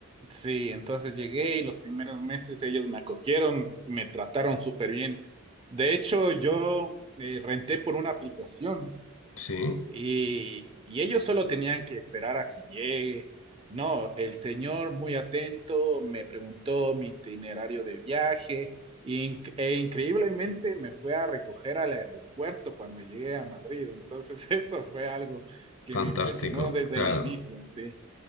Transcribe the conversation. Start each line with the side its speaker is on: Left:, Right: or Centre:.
Right: Sí, entonces llegué y los primeros meses ellos me acogieron, me trataron súper bien. De hecho, yo eh, renté por una aplicación.
Left: Sí,
Right: Y, y ellos solo tenían que esperar a que llegue. No, el señor muy atento me preguntó mi itinerario de viaje inc- e increíblemente me fue a recoger al aeropuerto cuando llegué a Madrid. Entonces <laughs> eso fue algo que
Left: fantástico,
Right: me impresionó desde
Left: claro,
Right: el inicio, sí.